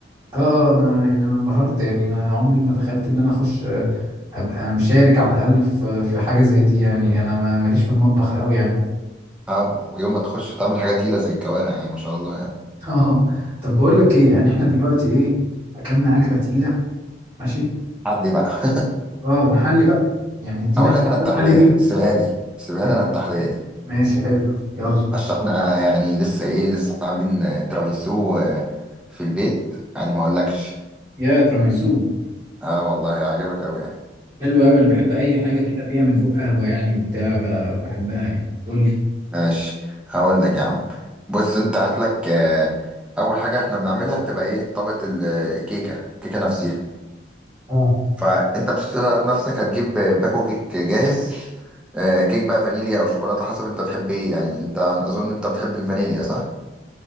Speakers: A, on the right; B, in the centre.
A: اه اه، انا يعني انا انبهرت يعني ما عمري ما تخيلت ان انا اخش آه، ابقى مشارك على الاقل في في حاجه زي دي يعني انا ما- ماليش في المطبخ قوي يعني
B: آه، ويوم ما تخش تعمل حاجة تقيلة زي الكوارع يعني ما شاء الله يعني
A: <laughs> اه طب بقول لك ايه يعني احنا دلوقتي ايه اكلنا اكله تقيله ماشي
B: عدلي بقى <laughs>
A: اه نحلي بقى يعني ادينا
B: اقول
A: حاجه
B: لك انا التحلية
A: كده نحلي بيها
B: سيبها لي سيبها
A: ماشي
B: لي انا التحلية دي
A: ماشي حلو يلا
B: عشان احنا يعني لسه ايه لسه عاملين تراميسو آه، في البيت يعني ما اقولكش
A: يا تراميسو
B: اه والله عاجبك قوي يعني
A: حلو قوي انا بحب اي حاجه كده فيها من فوق قهوه يعني وبتاع ب- بحبها يعني قول
B: ماشي هقول لك يا عم بص انت هات لك آه، اول حاجه احنا بنعملها بتبقى ايه طبقه ال- الكيكه الكيكه نفسها
A: لي
B: فانت مش هتقدر بنفسك هتجيب آه، باكو كيك جاهز آه، كيك بقى فانيليا او شوكولاته حسب انت بتحب ايه يعني انت عن- اظن انت بتحب الفانيليا صح